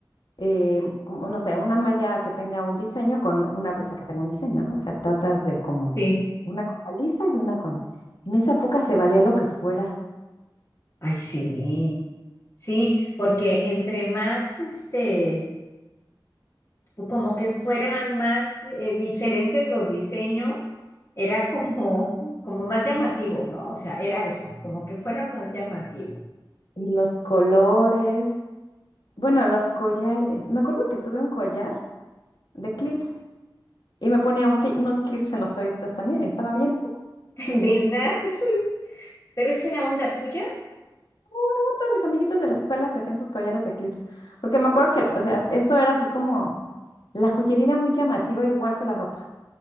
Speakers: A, on the left; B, on the left.
A: eh, como no sé, una malla que tenga un diseño con una blusa que tenga un diseño, ¿no? O sea, tratas de como
B: sí.
A: una cosa lisa y una con... En esa época se valía lo que fuera.
B: Ay, sí. Sí, porque entre más, este, pues, como que fueran más eh, diferentes los diseños, era como, <laughs> como más llamativo, ¿no? O sea, era eso, como que fuera más llamativo.
A: Y los colores, bueno, los collares. Me acuerdo que tuve un collar de clips y me ponía un cli- unos clips en los oídos también y estaba bien.
B: <laughs> ¿En verdad? Eso, pero esa era onda tuya.
A: <laughs> Todos mis amiguitos de la escuela se hacían sus collares de clips, porque me acuerdo que, o sea, eso era así como, la joyería era muy llamativa igual que la ropa.